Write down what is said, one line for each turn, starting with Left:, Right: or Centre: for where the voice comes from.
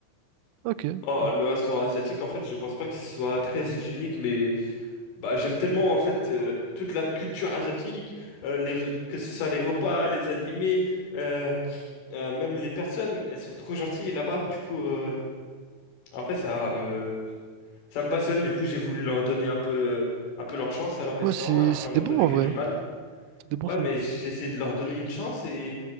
Right: Ok,
Left: Oh,
Right: bon.
Left: le restaurant asiatique, en fait, je pense pas qu'il soit très hygiénique, mais bah, j'aime tellement en fait euh, toute la culture asiatique, euh, les, re- que ce soit les repas, les animés, euh, euh, même les personnes, elles sont trop gentilles là-bas. Du coup, euh, en fait, ça me ça me passionne. Du coup, j'ai voulu leur donner un peu un peu leur chance à leur restaurant,
Right: Ouais, c'est,
Left: alors
Right: c'était
Left: que j'en entendais
Right: bon en vrai.
Left: que du
Right: hein.
Left: mal.
Right: C'était bon,
Left: Ouais,
Right: ça.
Left: mais j'ai essayé de leur donner une chance et,